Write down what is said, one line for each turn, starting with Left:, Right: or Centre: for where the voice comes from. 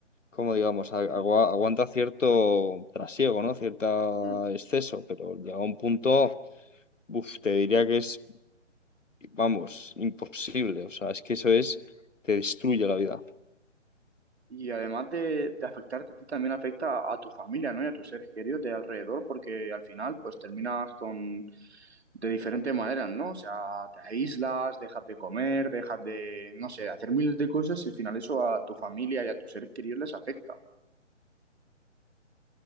Left: como digamos, a- agua- aguanta cierto trasiego, ¿no? Cierto
Right: Mm.
Left: exceso, pero llega un punto, uf, te diría que es, vamos, imposible. O sea, es que eso es, te destruye la vida.
Right: Y además de, de afectarte a ti, también afecta a, a tu familia, ¿no? Y a tus seres queridos de alrededor, porque al final, pues terminas con de diferentes maneras, ¿no? O sea, te aíslas, dejas de comer, dejas de, no sé, hacer miles de cosas y al final eso a tu familia y a tus seres queridos les afecta.